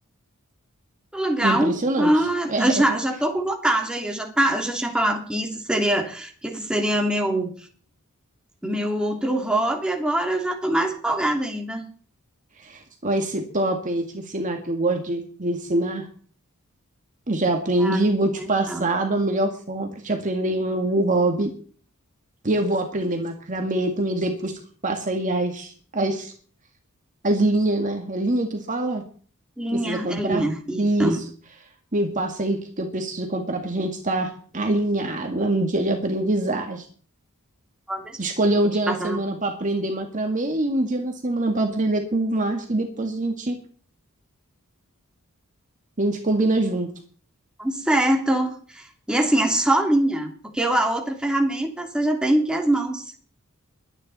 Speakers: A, in the centre; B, on the right.
A: Legal.
B: Impressionante.
A: Ah,
B: <laughs>
A: já, já tô com vontade aí. Eu já, tá, eu já tinha falado que isso seria, que esse seria meu, meu outro hobby, agora eu já tô mais empolgada ainda.
B: É, ó, esse top aí, te ensinar, que eu gosto de, de ensinar. Já aprendi,
A: Ah, né?
B: vou te passar
A: Então,
B: da melhor forma para te aprender um novo hobby. E eu vou aprender macramê também, depois tu passa aí as, as, as linhas, né? É linha que fala?
A: linha,
B: Precisa comprar?
A: é linha, isso.
B: Isso. Me passa aí o que, que eu preciso comprar pra gente estar alinhada no dia de aprendizagem.
A: Pode deixar.
B: Escolher um
A: Vou
B: dia
A: te passar.
B: na semana para aprender macramê e um dia na semana para aprender com o macho, e depois a gente, a gente combina junto.
A: Tá Certo. E assim, é só linha, porque a outra ferramenta você já tem que as mãos.